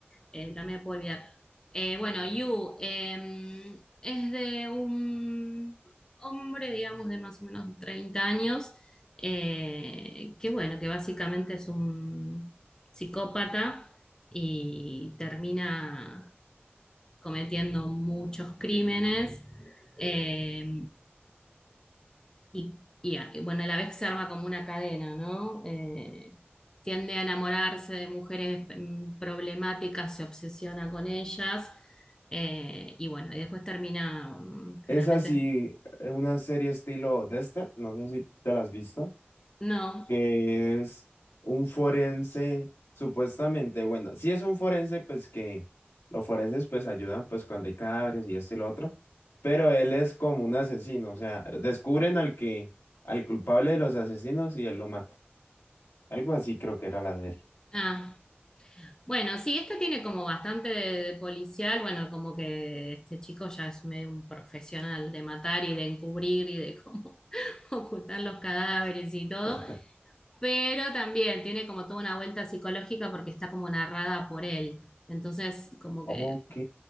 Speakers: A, on the left; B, on the left.
A: eh, también puedo olvidar. Eh, bueno, You eh, es de un hombre, digamos, de más o menos 30 años, eh, que bueno, que básicamente es un psicópata y termina cometiendo muchos crímenes. eh, y, y y bueno, a la vez se arma como una cadena, ¿no? Eh, tiende a enamorarse de mujeres mm, problemáticas, se obsesiona con ellas. eh, y bueno, y después termina, mm,
B: Es
A: generalmente,
B: así, eh, una serie estilo Dexter, no sé si te la has visto.
A: no.
B: que es un forense, supuestamente, bueno, si es un forense, pues que los forenses pues ayudan pues cuando hay cadáveres y esto y lo otro, pero él es como un asesino, o sea, descubren al que, al culpable de los asesinos y él lo mata. Algo así creo que era la serie.
A: Ah, bueno, sí, esta tiene como bastante de, de policial, bueno, como que este chico ya es medio un profesional de matar y de encubrir y de <laughs> cómo <laughs> ocultan los cadáveres y todo,
B: <laughs>
A: pero también tiene como toda una vuelta psicológica porque está como narrada por él. Entonces, como
B: Ok.
A: que